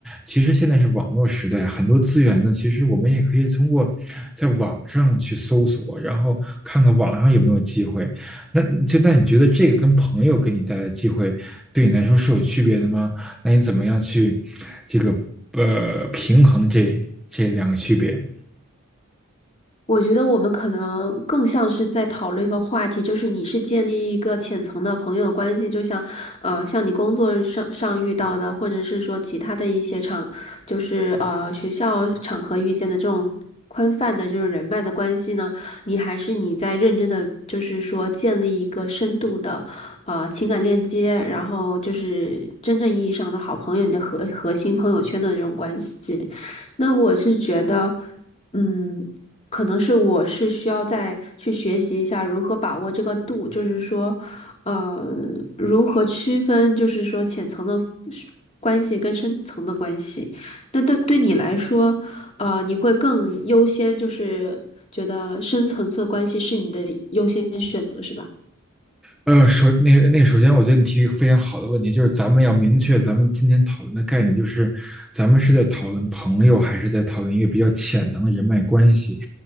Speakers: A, in the centre; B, on the left.
A: 其实现在是网络时代，很多资源呢，其实我们也可以通过在网上去搜索，然后看看网上有没有机会。那就那你觉得这个跟朋友给你带来的机会，对你来说是有区别的吗？那你怎么样去这个呃平衡这这两个区别？
B: 我觉得我们可能更像是在讨论一个话题，就是你是建立一个浅层的朋友关系，就像，呃，像你工作上上遇到的，或者是说其他的一些场，就是呃学校场合遇见的这种宽泛的这种人脉的关系呢，你还是你在认真的，就是说建立一个深度的，啊情感链接，然后就是真正意义上的好朋友，你的核核心朋友圈的这种关系。那我是觉得，嗯。可能是我是需要再去学习一下如何把握这个度，就是说，呃，如何区分，就是说浅层的是关系跟深层的关系。那对对你来说，呃，你会更优先，就是觉得深层次关系是你的优先选择，是吧？
A: 呃，首那个那个，首先我觉得你提一个非常好的问题，就是咱们要明确咱们今天讨论的概念，就是咱们是在讨论朋友，还是在讨论一个比较浅层的人脉关系？